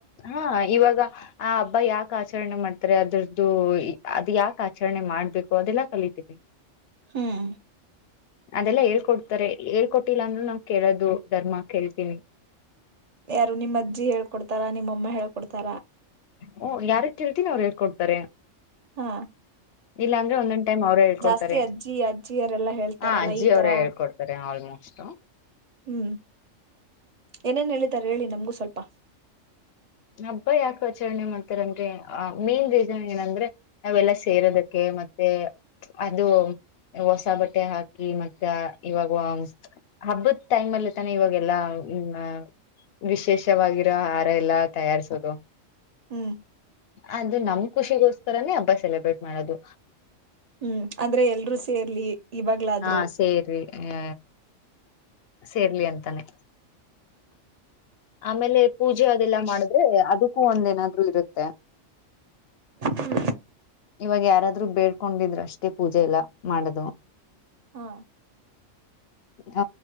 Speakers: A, on the left; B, on the right.
A: ಹಾ ಇವಾಗ ಆ ಹಬ್ಬ ಯಾಕ ಆಚರಣೆ ಮಾಡ್ತಾರೆ ಅದ್ರದ್ದು ಅದ್ ಯಾಕ ಆಚರಣೆ ಮಾಡ್ಬೇಕು ಅದೆಲ್ಲಾ ಕಲಿತೀವಿ.
B: ಹ್ಮ್
A: ಅದೆಲ್ಲ ಹೇಳ್ಕೊಡ್ತಾರೆ ಹೇಳ್ಕೊಟ್ಟಿಲ್ಲ ಅಂದ್ರು ನಾ ಕೇಳೋದು ಧರ್ಮ ಕೇಳ್ತೀನಿ.
B: ಯಾರು ನಿಮ್ಮ ಅಜ್ಜಿ ಹೇಳ್ಕೊಡ್ತಾರಾ ನಿಮ್ಮಮ್ಮ ಹೇಳ್ಕೊಡ್ತಾರ.
A: ಹೂ ಯಾರ ಕೇಳ್ತೀನಿ ಅವ್ರು ಹೇಳ್ಕೊಡ್ತಾರೆ.
B: ಹಾ
A: ಇಲ್ಲ ಅಂದ್ರೆ ಒಂದೊಂದ್ ಟೈಮ್ ಅವರೇ ಹೇಳ್ಕೊಡ್ತಾರೆ
B: ಜಾಸ್ತಿ ಅಜ್ಜಿ ಅಜ್ಜಿಯರೆಲ್ಲಾ ಹೇಳ್ತಾರಲ್ಲ
A: ಹ ಅಜ್ಜಿ
B: ಈ
A: ಅವರೇ
B: ತರ
A: ಹೇಳ್ಕೊಡ್ತಾರೆ ಆಲ್ಮೋಸ್ಟ್. ಇಷ್ಟ
B: ಹ್ಮ್ ಏನೇನ್ ಹೇಳಿದ್ದಾರೆ ಹೇಳಿ ನಮಗೂ ಸ್ವಲ್ಪ.
A: ಹಬ್ಬಾ ಯಾಕ ಆಚರಣೆ ಮಾಡ್ತಾರನ್ರಿ ಆ ಮೇನ್ ರೀಸನ್ ಏನಂದ್ರೆ ನಾವೆಲ್ಲಾ ಸೇರೋದಕ್ಕೆ. ಮತ್ತೆ ಅದು ಹೊಸ ಬಟ್ಟೆ ಹಾಕಿ ಮತ್ತ ಇವಾಗ ಹಬ್ಬದ ಟೈಮ್ ಅಲ್ಲಿ ತಾನ ಇವಾಗೆಲ್ಲಾ ಹ ವಿಶೇಷವಾಗಿರೋ ಆಹಾರ ಎಲ್ಲ ತಯಾರಿಸೋದು
B: ಹ್ಮ್
A: ಅದು ನಮ ಖುಷಿಗೋಸ್ಕರನೇ ಹಬ್ಬ ಸೆಲೆಬ್ರೇಟ್ ಮಾಡೋದು
B: ಹ್ಮ್ ಅಂದ್ರೆ ಎಲ್ರೂ ಸೇರ್ಲಿ ಇವಾಗ್ಲಾದ್ರು
A: ಹಾ ಸೇರಿ ಹ ಸೇರ್ಲಿ ಅಂತಾನೆ ಆಮೇಲೆ ಪೂಜೆ ಅದೆಲ್ಲಾ ಮಾಡುದು ಅದಕ್ಕೂ ಒಂದೇನಾದ್ರು ಇರುತ್ತೆ
B: ಹ್ಮ್
A: ಇವಾಗ ಯಾರಾದ್ರು ಬೇಡ್ಕೊಂಡಿದ್ರು ಅಷ್ಟೇ ಪೂಜೆ ಇಲ್ಲ ಮಾಡದು
B: ಹಾ
A: ಹ